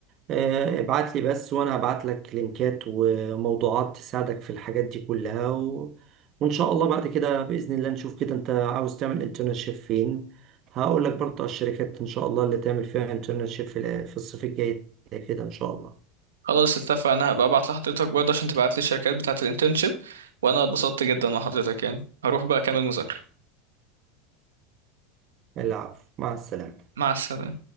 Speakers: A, on the right (about 45°); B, on the right (about 80°).
A: آه، ابعت لي بس وانا هبعت لك لينكات وموضوعات تساعدك في الحاجات دي كلها و... وان شاء الله بعد كده باذن الله نشوف كده انت عاوز تعمل انترنشيب فين هقول لك برضه على الشركات ان شاء الله اللي تعمل فيها انترنشيب في ال- في الصيف الجاي ده كده ان شاء الله
B: خلاص اتفقنا هبقى ابعت لحضرتك برضه عشان تبعت لي الشركات بتاعة الانترنشيب وانا اتبسطت جدا مع حضرتك يعني هروح بقى اكمل مذاكرة
A: العفو مع السلامه
B: مع السلامة